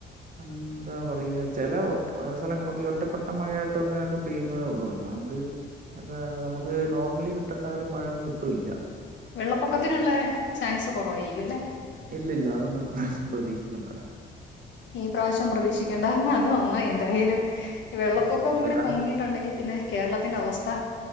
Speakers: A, on the right (about 45°); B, on the left (about 65°).
A: എന്താ പറയാ ചില ഒറ്റ സ്ഥലങ്ങളൊക്കെ ഒറ്റപ്പെട്ട മഴയായിട്ട് ഇങ്ങനൊക്കെ പെയ്യുന്നതേ ഉള്ളൂ അല്ലാണ്ട് ഒക്കെ നമുക്ക് നോർമലി കിട്ടേണ്ട ഒരു മഴയൊന്നും ഇപ്പം ഇല്ല
B: വെള്ളപ്പൊക്കത്തിനുള്ള ചാൻസ് കുറവായിരിക്കും അല്ലെ
A: ഇല്ലില്ല അതൊന്ന് ഈ പ്രാവശ്യം പ്രതീക്ഷിക്കേണ്ട
B: ഈ പ്രാവശ്യം പ്രതീക്ഷിക്കേണ്ട അത് നന്നായി എന്തായാലും വെള്ളപ്പൊക്കം
A: ആ, ഇനി
B: കൂടി
A: വരാൻ
B: പൊങ്ങിയിട്ടുണ്ടെങ്കിൽ പിന്നെ കേരളത്തിൻ്റെ അവസ്ഥ